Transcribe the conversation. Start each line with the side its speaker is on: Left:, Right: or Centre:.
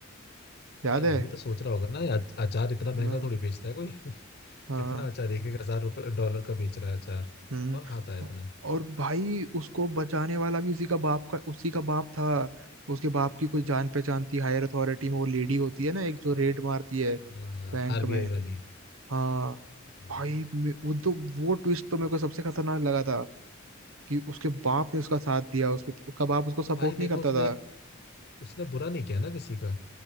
Right: याद
Left: यार
Right: है
Left: वो भी तो सोच रहा होगा ना यार अचार इतना महंगा
Right: हाँ
Left: थोड़ी बेचता है कोई <laughs>
Right: हाँ
Left: कितना अचार एक एक हजार रुपये डॉलर का बेच रहा है अचार
Right: हम्म
Left: कौन खाता है इतना
Right: और भाई उसको बचाने वाला भी उसी का बाप का उसी का बाप था उसके बाप की कोई जान पहचान थी हायर अथॉरिटी में वो लेडी होती है ना एक जो रेड मारती है
Left: हाँ
Right: बैंक
Left: आरबीआई
Right: में
Left: वाली
Right: हाँ
Left: हाँ।
Right: भाई मे- वो तो वो ट्विस्ट तो मेरे को सबसे खतरनाक लगा था कि उसके बाप ने उसका साथ दिया उसमें उसका बाप उसको सपोर्ट
Left: तो भाई देखो
Right: नहीं करता
Left: उसने
Right: था
Left: उसने बुरा नहीं किया ना किसी का